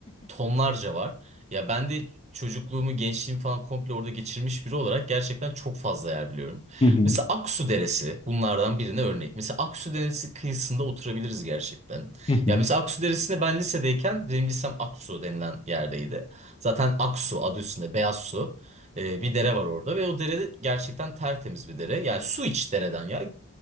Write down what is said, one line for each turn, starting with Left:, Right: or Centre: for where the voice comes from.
Right: tonlarca var. Ya ben de çocukluğumu, gençliğimi falan komple orada geçirmiş biri olarak gerçekten çok fazla yer biliyorum.
Left: Hı hı.
Right: Mesela Aksu Deresi bunlardan birine örnek. Mesela Aksu Deresi kıyısında oturabiliriz gerçekten.
Left: Hı hı.
Right: Ya mesela Aksu Deresi'nde ben lisedeyken benim lisem Aksu denilen yerdeydi. Zaten Aksu adı üstünde beyaz su. Ee, bir dere var orada ve o dere gerçekten tertemiz bir dere. Yani su iç dereden ya.